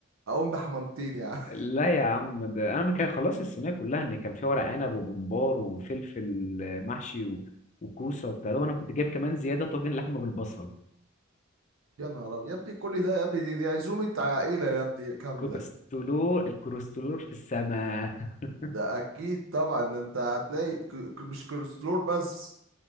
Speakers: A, on the right; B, on the left.
A: اقوم بحمامتين يعني
B: لا يا عم ده انا ما كان خلاص الصينيه كلها ان كان فيها ورق عنب وممبار وفلفل آه، محشي و... وكوسه وبتاع ده وانا كنت جايب كمان زياده طاجن لحمه بالبصل
A: <laughs> يا نهار ابيض يا ابني كل ده يا ابني دي, دي عزومه عائله يا ابني كامله
B: الكوليسترول الكوليسترول في السماء <laughs>
A: ده اكيد طبعا ده انت هتلاقي ك- ك- مش كوليسترول بس